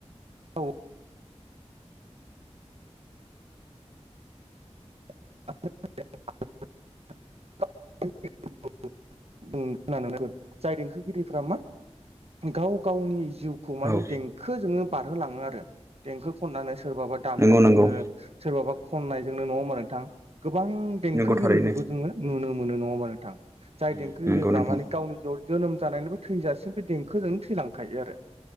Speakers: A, on the right; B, on the right.
A: गाव <unintelligible> <unintelligible> खुंनो जाय देंखोगिरिफोरा मा गाव गावनि जिउ खौ माने
B: औ
A: देंखोजोंनो बारहोलाङो आरो देंखो खननानै सोरबाबा दामनायजोंनो
B: नंगौ नंगौ
A: सोरबाबा खननायजोंनो न' मा नोंथां गोबां देंखोगिरिफोरखौ
B: नंगौ थारैनो
A: जोंङो नुनो मोनो नङाोमा नोंथां जाय
B: उम
A: देंखोगिरिफ्रा
B: नंगौ नोंथां
A: माने गावनि ज' जोनोम जानायनिबो थैजासिम बे देंखोजोंनो थैलांखायो आरो